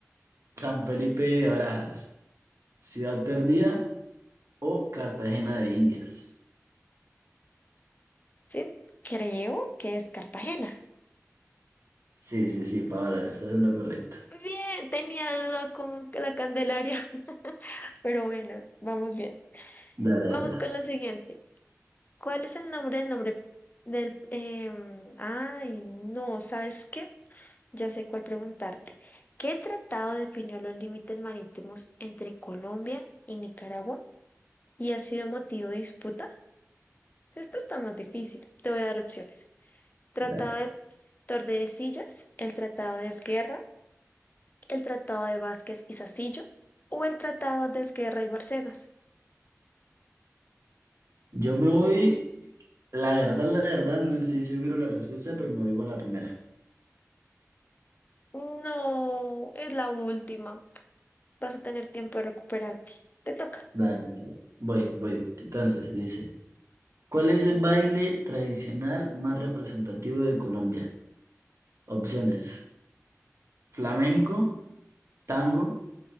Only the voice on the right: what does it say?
San Felipe de Barajas, Ciudad Perdida o Cartagena de Indias.
Sí, sí, sí, Paola, estás en lo correcto.
Dale,
dale, vas.
Dale.
Yo me voy, la verdad, la verdad, no estoy seguro la respuesta, pero me voy por la primera.
Dale, dale. Voy, voy. Entonces, dice. ¿Cuál es el baile tradicional más representativo de Colombia? Opciones: flamenco, tango,